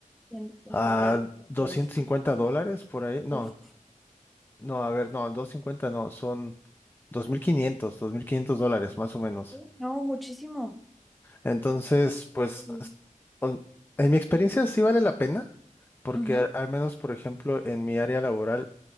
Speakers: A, in the centre; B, on the left.
A: En, en
B: ah,
A: dólares,
B: doscientos
A: pues,
B: cincuenta dólares por ahí. No,
A: uf,
B: no, a ver, no, 250, no, son dos dos mil quinientos dos mil quinientos dólares más o menos.
A: uy, no, muchísimo.
B: Entonces, pues,
A: Ujú,
B: o- en mi experiencia sí vale la pena, porque
A: ujú,
B: al al menos, por ejemplo, en mi área laboral,